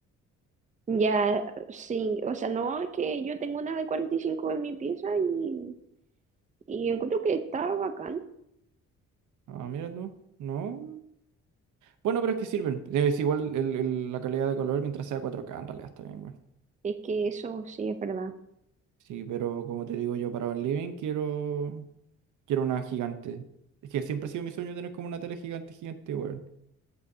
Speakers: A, on the right (about 25°); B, on the right (about 75°).
A: Ya, sí, o sea, no, es que yo tengo una de 45 en mi pieza y, y encuentro que está bacán.
B: Ah, mira tú. No. Bueno, pero es que sirven. Es igual el- el- la calidad de color mientras sea cuatro k en realidad está bien, güey.
A: Es que eso sí es verdad.
B: Sí, pero como te digo yo, para un living quiero, quiero una gigante. Es que siempre ha sido mi sueño tener como una tele gigante, gigante, güey.